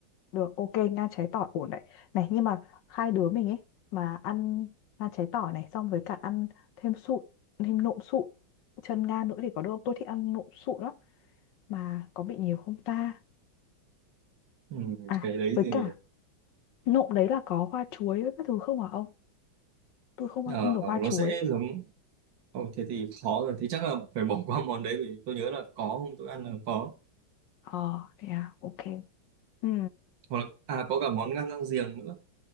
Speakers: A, on the left; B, on the right.
A: được, ok, ngan cháy tỏi ổn đấy. Này, nhưng mà hai đứa mình ấy mà ăn ngan cháy tỏi này xong với cả ăn thêm sụn, thêm nộm sụn, chân ngan nữa thì có được không? Tôi thích ăn nộm sụn lắm mà có bị nhiều không ta?
B: ừ,
A: À,
B: cái đấy
A: với
B: thì
A: cả nộm đấy là có hoa chuối với các thứ không hả ông? Tôi không ăn
B: ờ,
A: được hoa chuối.
B: nó sẽ giống Ồ, thế thì khó rồi thế chắc là phải bỏ qua món đấy vì tôi nhớ là có hôm tôi ăn là có
A: Ờ, thế à, ok. Ừ,
B: hoặc là à có cả món ngan rang giềng nữa